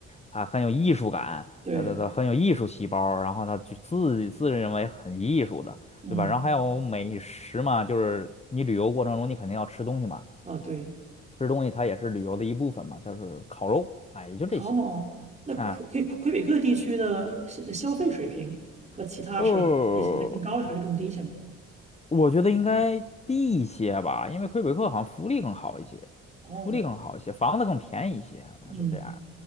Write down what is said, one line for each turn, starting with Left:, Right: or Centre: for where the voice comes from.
Left: 啊、很有艺术感，
Right: 对，
Left: 他他他很有艺术细胞，然后他就自己自认为很艺术的。
Right: 嗯，
Left: 对吧？然后还有美食嘛，就是你旅游过程中你肯定要吃东西嘛，
Right: 啊，对。
Left: 吃东西它也是旅游的一部分嘛，就是烤肉，哎，也就这些
Right: 哦，那魁魁魁北克地区的的消费水平和其他省比起来更高还是更低一些呢？
Left: 啊。呃，我觉得应该低一些吧，因为魁北克好像福利更好一些，
Right: 哦，
Left: 福利更好一些，房子更便宜一些，
Right: 嗯，
Left: 是这样的。